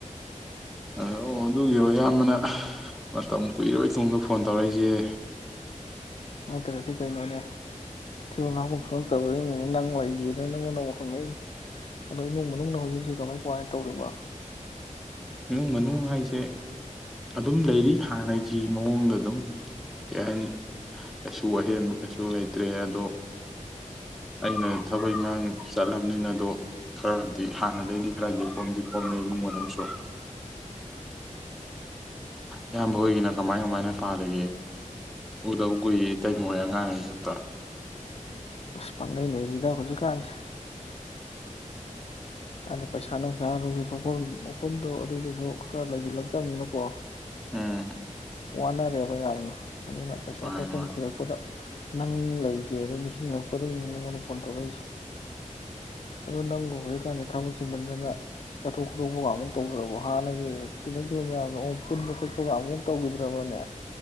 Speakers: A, in the centre; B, on the left.
A: ꯑ ꯑꯣ ꯑꯗꯨꯒꯤꯔꯣ ꯑꯌꯥꯝꯕꯅ ꯃꯇꯝ ꯀꯨꯏꯔꯣꯏ ꯇꯨꯡꯗ ꯐꯣꯟ ꯇꯧꯔꯛꯏꯁꯦ
B: ꯑꯗꯨꯔꯗꯤ ꯀꯩꯅꯣꯅꯦ ꯊ <unintelligible> ꯐꯠꯇꯕꯁꯤꯡꯅꯦ ꯅꯪ ꯂꯩꯒꯦꯗꯅ ꯅꯪꯉꯣꯟ ꯅꯪ ꯍꯪꯉꯛꯏ ꯑꯗꯣ ꯏꯃꯨꯡ ꯃꯅꯨꯡꯅ ꯍꯧꯖꯤꯛꯁꯤ ꯀꯃꯥꯏ ꯀꯃꯥꯏꯅ ꯇꯧꯔꯤꯕ
A: ꯏꯃꯨꯡ ꯃꯅꯨꯡ ꯍꯥꯏꯁꯦ ꯑꯗꯨꯝ ꯂꯩꯔꯤ ꯍꯥꯟꯅꯩꯗꯤ ꯐ ꯃꯑꯣꯡꯗ ꯑꯗꯨꯝ ꯀꯩ ꯍꯥꯏꯅꯤ ꯀꯩꯁꯨ ꯑꯍꯦꯟꯕ ꯀꯩꯁꯨ ꯂꯩꯇ꯭ꯔꯦ ꯑꯗꯣ ꯑꯩꯅ ꯊꯕꯛ ꯏꯉꯥꯡ ꯆꯠꯂꯝꯅꯤꯅ ꯑꯗꯣ ꯈꯔꯗꯤ ꯍꯥꯟꯅꯗꯒꯤꯩꯗꯤ ꯈꯔꯗꯤ ꯀꯣꯝꯗꯤ ꯀꯣꯝꯃꯦ ꯏꯃꯨꯡ ꯃꯅꯨꯡꯁꯨ ꯏꯌꯥꯝꯕ ꯍꯣꯏꯒꯤꯅ ꯀꯃꯥꯏ ꯀꯃꯥꯏꯅ ꯄꯥꯜꯂꯤꯒꯦ ꯎꯗꯕ ꯀꯨꯏꯔꯦ ꯏꯇꯩꯃꯍꯣꯏ ꯑꯉꯥꯡꯉꯩꯁꯨ ꯑꯃꯇ
B: ꯑꯁ ꯄꯪꯂꯩ ꯂꯩꯔꯤꯗ ꯍꯧꯖꯤꯛꯀꯥꯟꯁꯦ ꯑ ꯄꯩꯁꯥ ꯅꯨꯡꯁꯥꯁꯨ ꯎ ꯑꯗꯨꯁꯨ ꯈꯔ ꯂꯩꯁꯤꯜꯂꯛꯇꯕꯅꯤꯅꯀꯣ
A: ꯎꯝ
B: ꯋꯥꯅꯔꯦꯕ ꯌꯥꯝꯅ ꯑꯗꯨꯅ ꯄꯩꯁꯥ
A: ꯃꯥꯅꯦ
B: ꯊꯣꯛꯧꯐꯝ
A: ꯃꯥꯅꯦ
B: ꯊꯤꯔꯛꯄꯗ ꯅꯪ ꯂꯩꯒꯦꯗ ꯅꯤꯡꯁꯤꯡꯉꯛꯄꯗꯒꯤ ꯅꯪꯉꯣꯟꯗ ꯐꯣꯟ ꯇꯧꯔꯛꯏꯁꯦ ꯑꯗꯣ ꯅꯪꯕꯨ ꯍꯧꯖꯤꯛꯀꯥꯟꯗꯤ ꯊꯕꯛ ꯆꯤꯃꯟꯗꯅ ꯆꯠꯊꯣꯛ ꯈꯣꯇꯣꯛꯄꯒꯃꯨꯛ ꯇꯧꯗ꯭ꯔꯕꯣ ꯍꯥꯟꯅꯒꯤ ꯇꯤꯟꯅꯈꯤꯕ ꯃꯌꯥꯝꯗꯣ ꯑꯣ ꯄꯨꯟꯕ ꯈꯣꯠꯄꯒꯃꯨꯛ ꯇꯧꯈꯤꯗ꯭ꯔꯕꯅꯦ